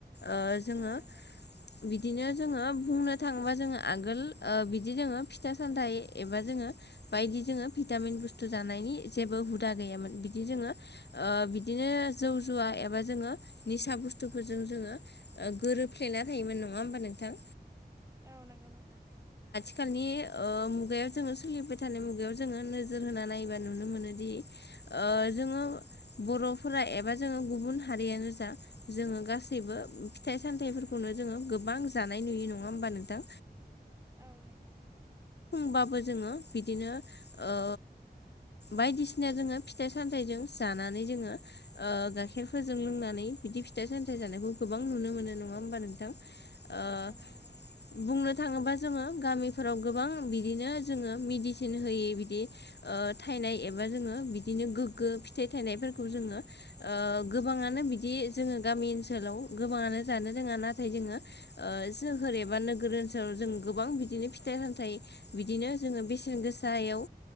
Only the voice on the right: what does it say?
औ नंगौ।
औ नोंगौ नोंथां।
औ नंगौ।
औ
औ नंगौ नोंथां।